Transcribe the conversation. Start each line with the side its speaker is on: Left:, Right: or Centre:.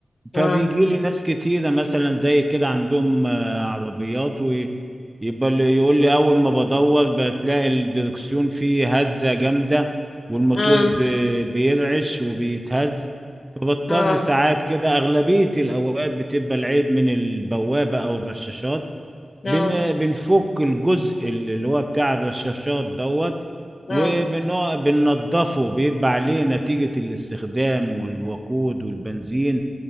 Left: اه
Right: فبيجي لي ناس كتيرة مثلا زي كده عندهم آه، عربيات ويبقى اللي يقول لي أول ما بدور بتلاقي الدركسيون فيه هزة جامدة والموتور
Left: اه
Right: بي- بيرعش وبيتهز فبضطر
Left: اه
Right: ساعات كده أغلبية الأوقات بتبقى العيب من البوابة أو الرشاشات
Left: اه
Right: بن بنفك الجزء اللي هو بتاع الرشاشات دوت
Left: اه
Right: وبنوع بننضفه بيبقى عليه نتيجة الاستخدام والوقود والبنزين